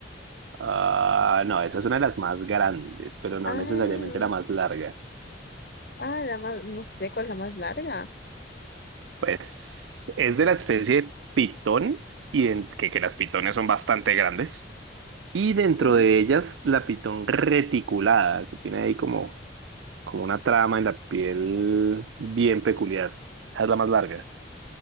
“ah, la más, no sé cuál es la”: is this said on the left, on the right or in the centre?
Left